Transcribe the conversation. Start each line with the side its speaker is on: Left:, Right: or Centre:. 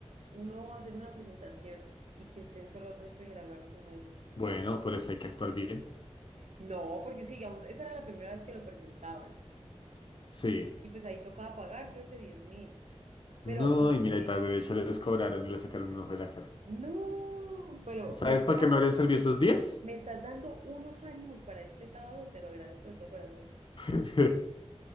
Right: uno hacer una presentación y que estén solo dos pejelagartos ahí.
Left: Bueno, por eso hay que actuar bien.
Right: No, porque sí, digamos, esa era la primera vez que lo presentaban.
Left: Sí.
Right: Y pues ahí tocaba pagar, creo que diez mil.
Left: No,
Right: Pero, no,
Left: y
Right: es
Left: mira,
Right: que,
Left: y tras derecho les cobraron y le sacaron un ojo de la cara.
Right: no, pero
Left: ¿Sabes
Right: me estás
Left: para
Right: dando,
Left: qué me habrían servido esos diez?
Right: me estás dando unos ánimos para este sábado, te lo agradezco de todo corazón.
Left: <laughs>